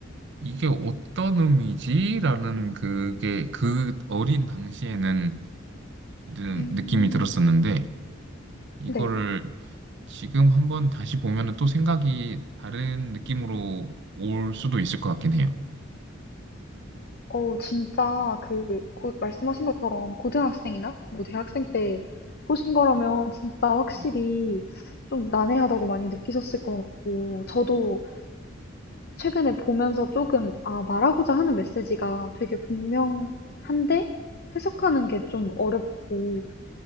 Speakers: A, on the right (about 60°); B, on the left (about 50°).
A: 이게 어떤 의미지라는 그게 그 어린 당시에는 이런
B: 음.
A: 느낌이 들었었는데, 이거를
B: 네.
A: 지금 한번 다시 보면은 또 생각이 다른 느낌으로 올 수도 있을 것 같긴 해요.
B: 어, 진짜 그 곧 말씀하신 것처럼 고등학생이나 뭐 대학생 때 보신 거라면 진짜 확실히
A: 음,
B: 좀 난해하다고 많이 느끼셨을 것 같고 저도 최근에 보면서 조금 아, 말하고자 하는 메시지가 되게 분명한데 해석하는 게 좀 어렵고